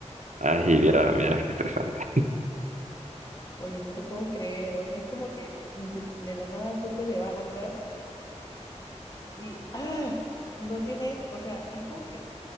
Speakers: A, on the right; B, on the left.
A: Ay, y vieras, vieras qué estresante.
B: Oye, no te puedo creer, o sea, es como que de, de la nada tú te levantas Y ¡ah! no tienes, o sea, es como que